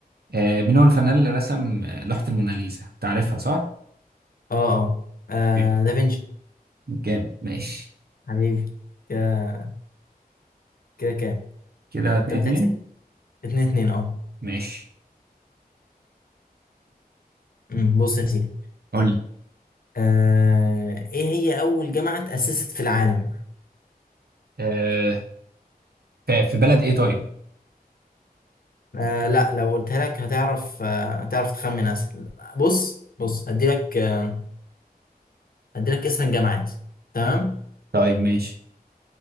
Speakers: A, on the right; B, on the left.
A: آه، مين هو الفنان اللي رسم آه، لوحة الموناليزا؟ تعرفها صح؟
B: اه اه آه،
A: أوكي.
B: دافنشي
A: جامد ماشي
B: حبيبي كده كده كام
A: كده
B: انت
A: اتنين
B: بتحسب
A: اتنين
B: اتنين اتنين اه
A: ماشي
B: أمم، بص يا سيدي
A: قول لي
B: آه ايه هي أول جامعة تأسست في العالم
A: آه، ف- في بلد إيه طيب؟
B: آه لا لو قلتها لك هتعرف آه هتعرف تخمن اسهل بص بص هدي لك آه هدي لك اسم الجامعات تمام
A: طيب ماشي